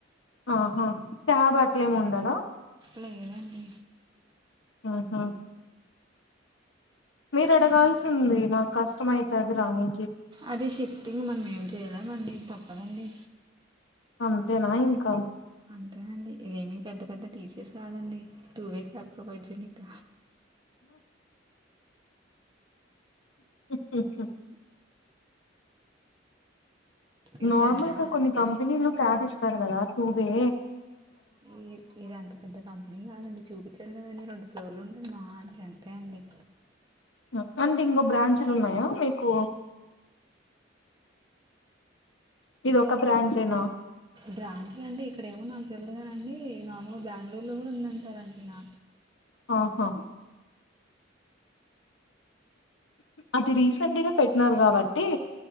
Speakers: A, on the left; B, on the right.
A: ఆహా క్యాబ్ అట్లేముండదా
B: లేదండి
A: ఆహా మీరు అడగాల్సింది నాకు కష్టమైతది రాని
B: అది షిఫ్టింగ్ మనం ఏం చేయలేమండి తప్పదండి
A: అంతేనా ఇంకా
B: అంతేనండి ఇదేమి పెద్ద పెద్ద టీసిస్ కాదండి నువ్వే క్యాబ్ ప్రొవైడ్ చేయిక
A: హుమ్ హుమ్ హుమ్
B: ఇది
A: నార్మల్
B: జనరల్
A: గా కొన్ని కంపెనీలు క్యాబ్ ఇస్తారు కదా టూబే
B: ఏ ఏద అంత పెద్ద కంపెనీ కాదండి చూపించాను కదండి రెండు ఫ్లోర్లు ఉండది మహా అయితే అంతే అండి
A: అంతే అంటే ఇంకో బ్రాంచులు ఉన్నాయా మీకు ఇది ఒక బ్రాంచేనా
B: బ్రాంచ్లు అంటే ఇక్కడ ఏమో నాకు తెలవదనండి మామూలు బెంగళూరులో కూడా ఉందంటారంటడి నా
A: ఆహా అది రీసెంట్గా పెట్టినారు కాబట్టి